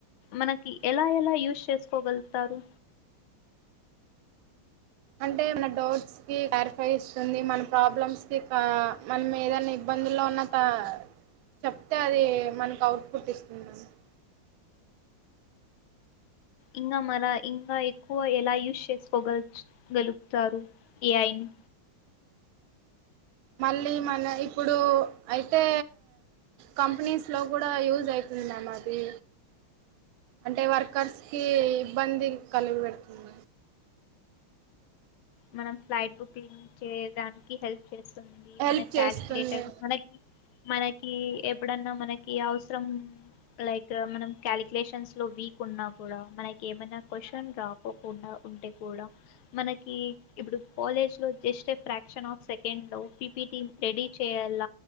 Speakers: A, on the left; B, on the right.
A: మనకి ఎలా ఎలా యూజ్ చేసుకోగలుతారు.
B: అంటే మన డౌట్స్ కి క్లారిఫై చేస్తుంది మన ప్రాబ్లమ్స్ కి క మనం ఏదైనా ఇబ్బంది. ఇబ్బందిలో ఉన్నంపా చెప్తే అది మనకి అవుట్పుట్ ఇస్తుంది అసలు.
A: ఇంకా మన ఇంకా ఎక్కువ ఎలా యూస్ చేసుకోగలుగు గలుగుతారు ఏఐ ని.
B: మళ్ళీ మన ఇప్పుడు అయితే. కంపెనీస్ లో కూడా యూజ్ అయితద మరి. అంటే వర్కర్స్ కి ఇబ్బంది కలవేడుతుంది.
A: మనం ఫ్లైట్ బుకింగ్ చేయడానికి హెల్ప్ చేస్. ఇస్తుంది
B: హెల్ప్
A: మనకు
B: చేస్తుంది
A: కాలిక్యులేటర్ మనకి. మనకి ఎప్పుడన్నా మనకి అవసరం. లైక్ మనం క్యాలీకులషన్స్ లో వీక్ ఉన్నా కూడా మనకి ఏమైనా క్వశ్చన్ రాపోకుండా. ఉంటే కూడా మనకి. ఇప్పుడు కాలేజ్ లో just a fraction of second లో పిపిటి రెడీ చేయాల